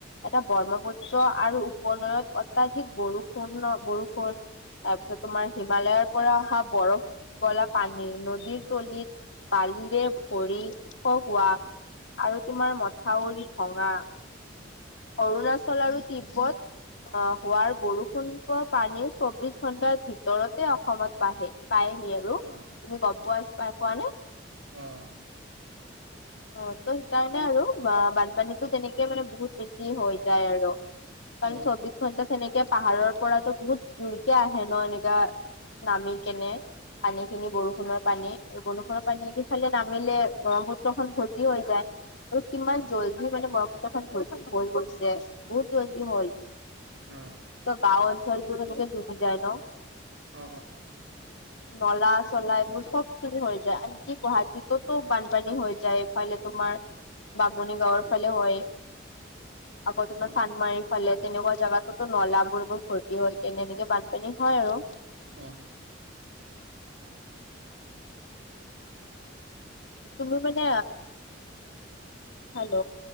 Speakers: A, on the left; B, on the right.
A: এটা ব্ৰহ্মপুত্ৰ
B: অ
A: আৰু উপনৈত অত্যাধিক বৰষুণৰ ।বৰষুণ, - তাৰপিছত তোমাৰ হিমালয়ৰ পৰা অহা বৰফ গলা পানী নদীৰ তলিত বালিৰে ভৰি হোৱা আৰু তোমাৰ মথাউৰি ভঙা অৰুণাচল আৰু তিব্বত অ হোৱাৰ বৰষুণৰ পানীও চৌবিশ ঘন্টাৰ ভিতৰতে অসমত বাঢ়ে। পায়হি আৰু
B: অ
A: তুমি গম পাই পাই পোৱা নে?
B: অঁ
A: অঁ তো সেইকাৰণে আৰু বা বান পানীটো তেনেকে মানে বহুত বেছি হৈ যায় আৰু
B: অ
A: কাৰণ
B: অ
A: চৌবিশ ঘন্টা তেনেকে পাহাৰৰ পৰাতো বহুত জোৰকে আহে ন এনেকা নামি কেনে - পানীখিনি বৰষুণৰ, পানী আৰু বৰষুণৰ পানী নদীফালে নামিলে ব্ৰহ্মপুত্ৰখন ভৰ্তি হৈ যায়। আৰু কিমান
B: অ
A: জল্দি মানে ব্ৰহ্মপুত্ৰখন ভৰ্তি হৈ গৈছে বহুত জল্দি হল
B: অ অ
A: গাঁও, অঞ্চলবোৰ তেনেকে দুবি যায় ন
B: অ
A: উ নলা-চলা এইবোৰ চবখিনি হৈ যায় আনকি গুৱাহাটীতটো বানপানী হৈ যায়। ইফালে তোমাৰ বামুণী গাঁৱৰফালে হয় আকৌ তোমাৰ
B: অ
A: চানমাৰীৰ ফালে - তেনেকুৱা জাগাতোতো নলাবোৰ এইবোৰ ভৰ্তি হৈ কেনে এনেকে বানপানী হয়। আৰু
B: অ
A: তুমি মানে হেল্ল'